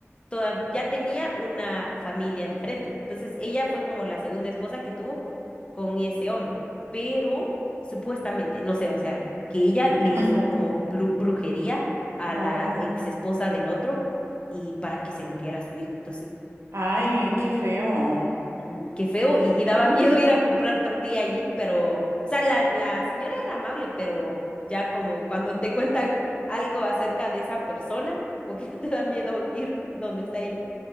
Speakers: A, on the left; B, on the right.
A: toda- ya tenía una familia diferente. Entonces ella fue como la segunda esposa que tuvo con ese hombre, pero supuestamente, no sé, o sea, que ella le
B: <laughs>
A: hizo como blu- brujería a
B: Oh,
A: la ex esposa del otro y para que se muriera su hijo. Entonces,
B: ay, qué feo.
A: mm, qué feo, y, y daba miedo ir a comprar tortilla allí, pero, o sea, la, la señora era amable, pero ya como cuando te cuentan algo acerca de esa persona, como que <laughs> ya te da miedo ir donde está ella.